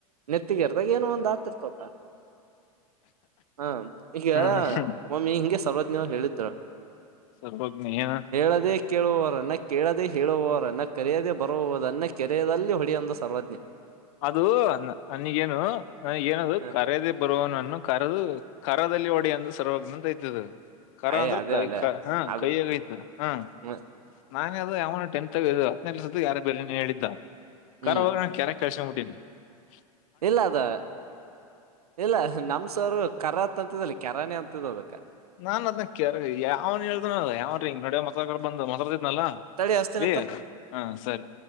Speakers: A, on the right; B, on the left.
A: ನೆತ್ತಿಗೆರ್ದಾಗ ಏನೋ ಒಂದ ಆತಿರ್ತಪ ಹಾ ಈಗ
B: ಹ್ಮ್
A: ಮಮ್ಮಿ ಹಿಂಗೆ ಸರ್ರಜ್ನ್ ಹೇಳ ಅ <inaudible>
B: ಸರ್ವಜ್ಞ ಏನ
A: ಹೇಳದೇ ಕೇಳುವರ ಅನ್ನ ಕೇಳದೆೇ ಹೇಳುವವರು ಅನ್ನ ಕರೆಯದದೆ ಬರುವವರು ಅನ್ನ ಕೆರೆಯದಲ್ಲಿ ಹೊಡಿಯೊಂದು ಸರ್ವಜ್ಞ
B: ಅದು ನನಿಗೇನು ನನ ಏನದು
A: ಹ
B: ಕರದೆೇ ಬರುವ ನನ್ನು ಕರೆದು ಕರದಲ್ಲಿ ಹೊಡಿ ಸರ್ವಜ್ಞ ನಂತ ಆಯತದು ಕಖರ
A: ಅಯೇ
B: ಅಂದ್ರೆ
A: ಅದೇ
B: ಕೈ
A: ಅಲ್ಲೇ
B: ಕ ಹಾ
A: ಅದು
B: ಕೈಯಗಐತೆ ಹಾ
A: ಹ್ಮ
B: ನಾನೇ ಅದು ಯಾವನು ಟಂತ್ಗ ಇ ಹದಿನನಸ ಯಾರು ಬೇರೆ ನೀನು ಹೇಳಿದ್ದ <inaudible> ಹೋಗ್
A: ಹ್ಮ್
B: <unintelligible> ಕೆಲ್ಷ <unintelligible>
A: ಇಲ್ಲ ಅದ ಇಲ್ಲ ನಮ್ ಸರ್ರು ಕರತ್ ಅಂತದಲಿ ಕೆರಾಣಿ ಅಂತದ್ ಅದಕ್ಕ
B: ನಾನ್ ಅದ್ನ ಕೆರ್ವಿ ಯಾವ್ ಹೇಳ್ದ ಯಾವ್ರಿ <unintelligible> ನಲಾ
A: ತಡಿ ಹಸ್ತಿನ
B: ಇ ಹಾ ಸರಿ